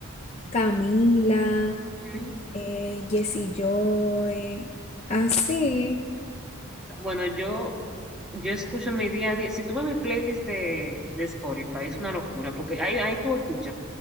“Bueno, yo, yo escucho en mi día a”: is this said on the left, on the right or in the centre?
Centre